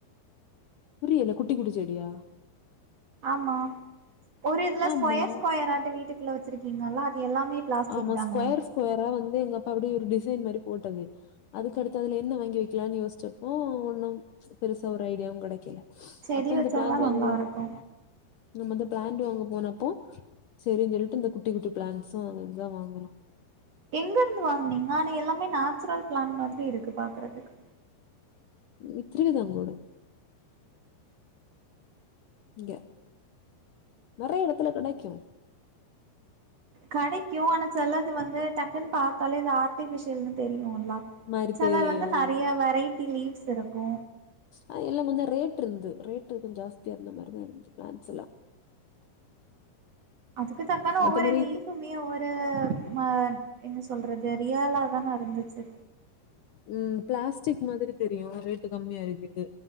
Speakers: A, on the left; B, on the right.
A: புரியல குட்டி குட்டி செடியா
B: ஆமாம் ஒரு இதுல
A: ஆமா.
B: ஸ்கொயர் ஸ்கொயராட்டு வீட்டுக்குள்ள வச்சிருக்கீங்களா அது எல்லாமே பிளாஸ்டிக்
A: ஆமா
B: தானா
A: ஸ்கொயர் ஸ்கொயரா வந்து எங்க அப்பா அப்படி ஒரு டிசைன் மாரி போட்டது அதுகடுத்து அதுல என்ன வாங்கி வெக்கலானு யோசிச்சப்போ ஒன்னு பெருசா ஒரு ஐடியாவு கெடைக்கல
B: செடி
A: அப்போ
B: வச்சாதா
A: இந்த பிளான்ட்
B: நல்லா
A: வாங்குறோ
B: இருக்கு
A: நம்ம அந்து பிளான்ட் வாங்க போனப்போ சரின்னு சொல்லிட்டு இந்த குட்டி குட்டி பிளான்ட்ஸ் நாங்க இதா வாங்குறோ
B: எங்க இருந்து வாங்குனீங்க ஆனா எல்லாமே நேச்சுரல் பிளான்ட் மாரி இருக்கு பாக்குறதுக்கு
A: இத்ரி தங்கொடு இங்க நெறைய எடத்துல கெடைக்கு
B: கடைக்கு ஆனா செலது வந்து டக்குன்னு பாத்தாலே இது ஆர்ட்டிபிஷியல்னு தெரியுல்ல
A: மாரி
B: செல
A: தெரியும்
B: வந்து நறையா வெரைட்டி லீவ்ஸ் இருக்கு
A: அ எல்லா வந்து ரேட் இருந்தது ரேட் கொஞ்சு ரேட் கொஞ்சு ஜாஸ்தியா இருந்த மாரிதா இருந்தது பிளான்ட்ஸ் எல்லா
B: அதுக்கு தக்கான ஒவ்வொரு
A: மத்தபடி
B: லீப்புமே ஒவ்வொரு தா மா என்ன சொல்றது ரியாலா தான இருந்துச்சு
A: உம் பிளாஸ்டிக் மாதிரி தெரியு ரேட்டு கம்மியா இருக்குது